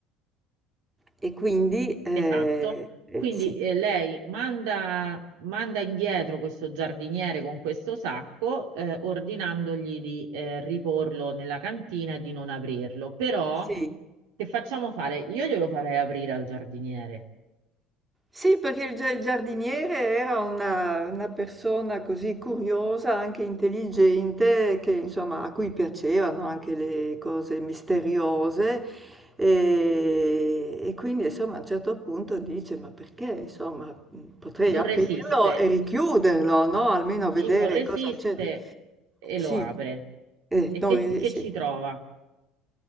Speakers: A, on the right; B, on the right.
A: E quindi, eh,
B: Esatto,
A: eh,
B: quindi
A: sì,
B: eh, lei manda, manda indietro questo giardiniere con questo sacco, eh, ordinandogli di eh, riporlo nella cantina e di non aprirlo. Però,
A: sì,
B: che facciamo fare? Io glielo farei aprire al giardiniere.
A: Sì, perché il gia il giardiniere era una una persona così curiosa, anche intelligente, che insomma a cui piacevano anche le cose misteriose e, e quindi insomma a un certo punto dice ma perché insomma mh, potrei
B: Non
A: aprirlo
B: resiste,
A: e richiuderlo, no? Almeno vedere
B: lui non resiste
A: cosa c'è.
B: e
A: Sì,
B: lo apre.
A: eh,
B: E
A: no,
B: che,
A: eh,
B: che
A: sì.
B: ci trova?